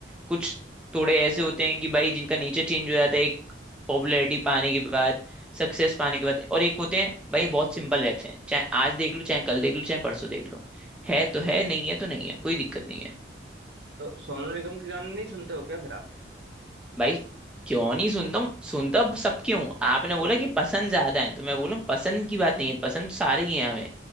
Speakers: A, in the centre; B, on the right.
A: कुछ थोड़े ऐसे होते हैं कि भाई जिनका नेचर चेंज हो जाता है एक पॉपुलैरिटी पाने के बाद सक्सेस पाने के बाद और एक होते हैं भाई बहुत सिंपल रहते हैं चाहे आज देख लो चाहे कल देख लो चाहे परसों देख लो है तो है नहीं है तो नहीं है कोई दिक्कत नहीं है
B: तो सोनू निगम के गाने नहीं सुनते हो क्या फिर आप
A: भाई क्यों नहीं सुनता हूँ सुनता सबके हूँ आपने बोला कि पसंद ज्यादा है तो मैं बोला
B: हाँ
A: पसंद की बात नहीं है पसंद तो सारे ही हैं हमें